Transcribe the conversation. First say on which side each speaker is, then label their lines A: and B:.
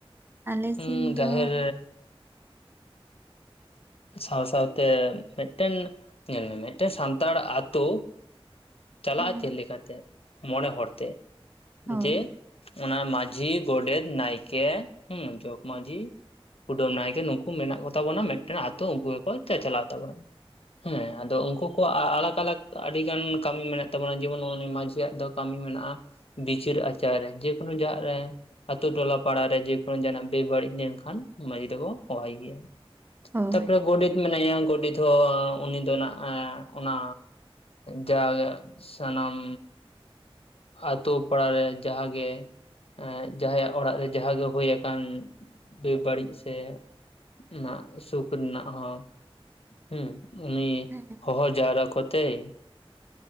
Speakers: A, on the right; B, on the left.
A: ᱟᱞᱮ
B: ᱦᱩᱸ
A: ᱥᱮᱱ ᱫᱚ
B: ᱡᱟᱦᱮᱨ ᱥᱟᱶ ᱥᱟᱶ ᱛᱮ ᱢᱤᱫᱴᱮᱱ ᱧᱮᱞ ᱢᱮ ᱢᱤᱫᱴᱮᱱ ᱥᱟᱱᱛᱟᱲ ᱟᱛᱳ᱾ ᱪᱟᱞᱟᱜᱼᱟ
A: ᱦᱮᱸ
B: ᱪᱮᱫ ᱞᱮᱠᱟ ᱛᱮ ᱢᱚᱸᱬᱮ ᱦᱚᱲ ᱛᱮ
A: ᱦᱳᱭ
B: ᱡᱮ ᱚᱱᱟ ᱢᱟᱡ ᱡᱷᱤ ᱜᱳᱰᱮᱫ ᱱᱟᱭᱠᱮ ᱦᱩᱸ ᱡᱚᱜᱽ ᱢᱟᱡᱷᱤ᱾ ᱠᱩᱰᱟᱹᱢ ᱱᱟᱭᱠᱮ ᱱᱩᱠᱩ ᱢᱮᱱᱟᱜ ᱠᱚᱛᱟ ᱵᱚᱱᱟ ᱢᱤᱫᱴᱮᱱ ᱟᱛᱳ ᱩᱱᱠᱩ ᱜᱮ ᱠᱚ ᱪᱟᱪᱟᱞᱟᱣ ᱛᱟᱵᱚᱱᱟ, ᱦᱮᱸ᱾ ᱟᱫᱚ ᱩᱱᱠᱩ ᱠᱚᱣᱟᱜ ᱟᱞᱟᱠ ᱟᱞᱟᱠ ᱟᱰᱤᱜᱟᱱ ᱠᱟᱢᱤ ᱢᱮᱱᱟᱜ ᱛᱟᱵᱚᱱᱟ, ᱡᱮᱢᱚᱱ ᱱᱩᱜ-ᱩ ᱱᱤ ᱢᱟᱡᱷᱤᱭᱟᱜ ᱫᱚ ᱠᱟᱢᱤ ᱢᱮᱱᱟᱜ-ᱟ᱾ ᱵᱤᱪᱟᱹᱨ ᱟᱪᱟᱨ ᱨᱮ ᱡᱮᱠᱳᱱᱳ ᱡᱟᱜ ᱨᱮ᱾ ᱟᱛᱳ ᱴᱚᱞᱟ ᱯᱟᱲᱟᱨᱮ ᱡᱮᱠᱳᱱᱳ ᱡᱟᱦᱟᱱᱟᱜ ᱵᱮᱵᱟᱲᱤᱡ ᱞᱮᱱᱠᱷᱟᱱ ᱢᱟᱡᱷᱤ ᱫᱚ ᱠᱚ ᱦᱚᱦᱚᱭᱟᱭ ᱜᱮᱭᱟ᱾
A: ᱦᱳᱭ
B: ᱛᱟᱨᱯᱚᱨᱮ ᱜᱳᱰᱮᱛ ᱢᱮᱱᱟᱭᱟ, ᱜᱚᱰᱮᱛ ᱦᱚᱸ ᱩᱱᱤ ᱫᱚ ᱱᱟᱜ-ᱟ, ᱚᱱᱟ ᱡᱟ ᱜᱮ ᱥᱟᱱᱟᱢ ᱟᱛᱳ ᱯᱟᱲᱟᱨᱮ ᱡᱟᱦᱟᱸ ᱜᱮ᱾ ᱮᱜ ᱡᱟᱦᱟᱸᱭᱟᱜ ᱚᱲᱟᱜ ᱨᱮ ᱡᱟᱦᱟᱸ ᱜᱮ ᱦᱳᱭ ᱟᱠᱟᱱ ᱵᱮ ᱵᱟᱹᱲᱤᱡ ᱥᱮ ᱱᱟᱜ ᱥᱩᱠ ᱨᱤᱱᱟᱜ ᱦᱚᱸ᱾ ᱦᱩᱸ, ᱩᱱᱤ
A: ᱦᱮᱸ
B: ᱦᱚᱦᱚ ᱡᱟᱣᱨᱟ ᱠᱚᱛᱮᱭ᱾